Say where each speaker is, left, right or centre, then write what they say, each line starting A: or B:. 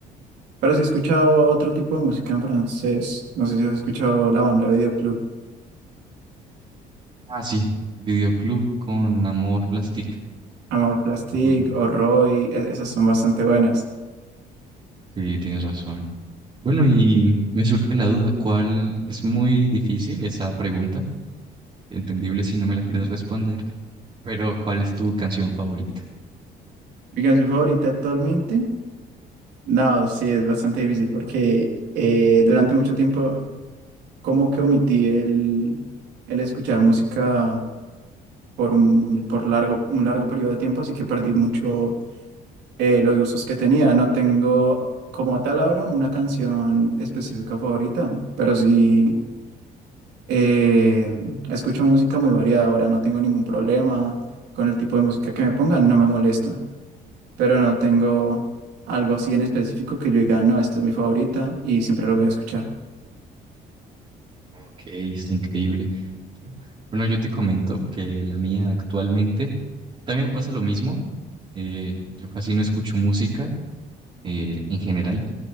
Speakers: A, on the right (about 80°); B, on the right (about 40°).
A: Pero sí he escuchado otro tipo de música en francés. No sé si has escuchado la banda Videoclub,
B: Ah, sí, Videoclub con Amor Plastic.
A: Amor Plastique
B: Ah,
A: o Roy. e- Esas son bastante buenas.
B: Sí, tienes razón. Bueno, y me surge la duda, ¿cuál es muy difícil esa pregunta? Entendible si no me la quieres responder. Pero, ¿cuál es tu canción favorita?
A: Mi canción favorita actualmente, no, sí, es bastante difícil porque eh, durante mucho tiempo como que omití el, el escuchar música por un, por largo, un largo periodo de tiempo, así que perdí mucho eh, los gustos que tenía. No tengo como tal ahora una canción específica favorita, pero sí. Eh, escucho música muy variada ahora, no tengo ningún problema con el tipo de música que me pongan, no me molesta, pero no tengo algo así en específico que yo diga, no, esta es mi favorita y siempre la voy a escuchar.
B: Ok, está increíble. Bueno, yo te comento que la mía actualmente también me pasa lo mismo. Eh, yo casi no escucho música eh, en general.